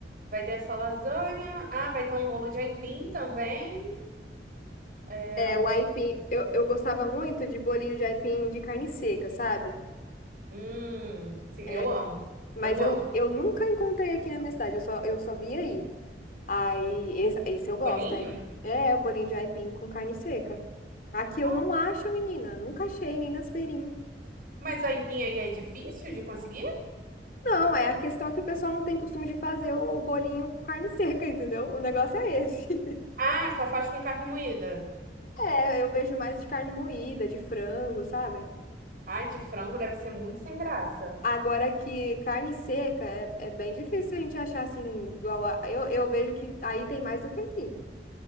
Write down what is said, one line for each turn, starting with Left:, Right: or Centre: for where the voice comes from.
Right: vai ter essa lasanha, ah, vai ter um bolo de aipim também. É,
Left: É, o
Right: deixa
Left: aipim, eu, eu gostava muito de bolinho de aipim de carne seca, sabe?
Right: Hum, sim, eu
Left: É,
Right: amo.
Left: mas
Right: Eu amo.
Left: eu, eu nunca encontrei aqui na minha cidade, eu só, eu só vi aí. Aí,
Right: O
Left: esse, esse eu gosto,
Right: bolinho?
Left: hein? É, o bolinho de aipim com carne seca. Aqui eu
Right: Ah,
Left: não acho, menina, nunca achei, nem nas feirinhas.
Right: mas a aipim aí é difícil de conseguir?
Left: Não, é a questão que o pessoal não tem costume de fazer o bolinho com carne <laughs> seca, entendeu? O negócio é esse. <laughs>
Right: Ah, só faz com carne moída.
Left: É, eu vejo mais de carne moída, de frango, sabe?
Right: Ai, de frango deve ser muito sem graça.
Left: Agora que carne seca é, é bem difícil a gente achar assim, igual a. Eu, eu vejo que aí tem mais do que aqui,